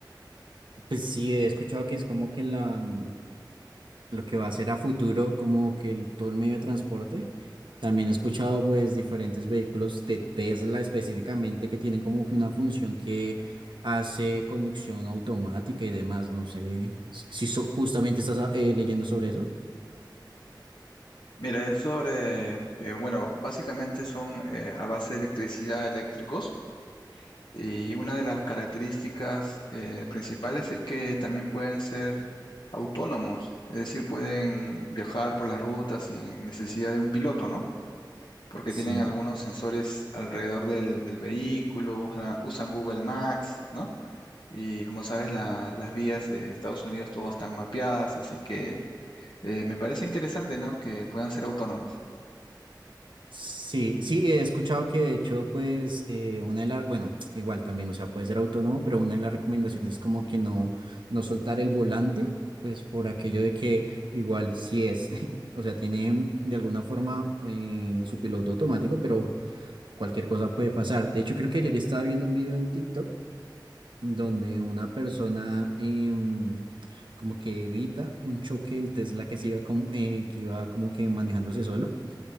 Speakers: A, on the right; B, on the left.
A: Pues sí, he escuchado que es como que la, mm, lo que va a ser a futuro, como que el, todo el medio de transporte. También he escuchado pues diferentes vehículos de Tesla específicamente que tienen como que una función que hace conducción automática y demás. No sé si, si so- justamente estás ah, eh, leyendo sobre eso.
B: Mira, es sobre, eh, bueno, básicamente son eh, a base de electricidad eléctricos Y una de las características eh, principales es que también pueden ser autónomos, es decir, pueden viajar por las rutas sin necesidad de un piloto, ¿no? Porque
A: Sí.
B: tienen algunos sensores alrededor del, del vehículo, usa- usan Google Maps, ¿no? Y como sabes, la- las vías de Estados Unidos todas están mapeadas, así que eh, me parece interesante, ¿no? Que puedan ser autónomos.
A: Sí, sí, he escuchado que de hecho, pues, eh, una de las, bueno, igual también, o sea, puede ser autónomo, pero una de las recomendaciones es como que no, no soltar el volante, pues por aquello de que igual si es, <laughs> o sea, tiene mm, de alguna forma eh, su piloto automático, pero cualquier cosa puede pasar. De hecho, creo que ayer estaba viendo un video en TikTok donde una persona em, como que evita un choque del Tesla que se iba como, eh, que iba como que manejándose solo